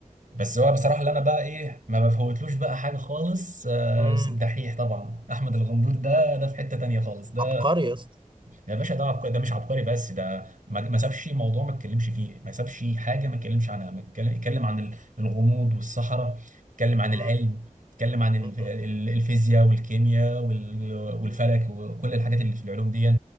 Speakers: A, on the right; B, on the right.
A: بس هو بصراحه اللي انا بقى ايه ما بفوتلوش بقى حاجه خالص آه
B: امم
A: الدحيح طبعا احمد الغندور ده ده في حته تانيه خالص ده
B: عبقري يا اسطى
A: يا باشا ده عبقري ده مش عبقري بس ده ما ما سابش موضوع ما اتكلمش فيه ما سابش حاجه ما اتكلمش عنها ما اتكلم اتكلم عن ال- الغموض والصحراء اتكلم عن
B: امم
A: العلم اتكلم عن ال-
B: امم
A: ال- الفيزياء والكيمياء وال- والفلك
B: أمم.
A: وكل الحاجات اللي في العلوم دي